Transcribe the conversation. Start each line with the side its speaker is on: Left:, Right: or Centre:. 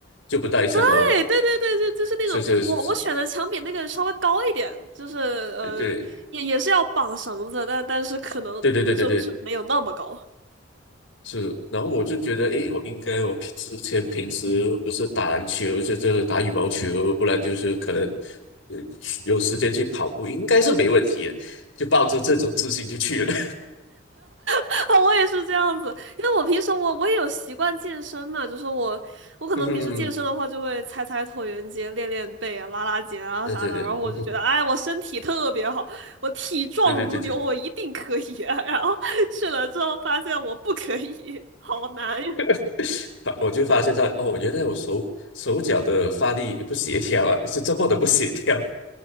Left: 就不到一层楼，
Right: 对对对对，就就是那种我我选的墙比那个稍微高一点，
Left: 是是是是，
Right: 就是呃也也是要绑绳子，
Left: 对
Right: 但但是可能就是没有那么高。
Left: 对对对对对对对，是，然后我就觉得，诶，我应该，我平之前平时不是打篮球，就这个打羽毛球，不然就是可能呃有时间去跑步，应该是没问题的，就抱着这种自信就去了。
Right: <laughs> 我也是这样子，因为我平时我我也有习惯健身嘛，就是我我可能平时健身的话就会踩踩椭圆机、
Left: <laughs> 嗯哼，
Right: 练练背啊、拉拉肩啊啥的，
Left: 对对对，
Right: 然后我就觉得，
Left: 嗯哼，
Right: 哎，我身体特别好，我体壮如牛，
Left: 对对对对，
Right: 我一定可以啊。然后去了之后发现我不可以，好难呀。
Left: <laughs> 发我就发现到，哦，原来我手手脚的发力不协调啊，是这么的不协调。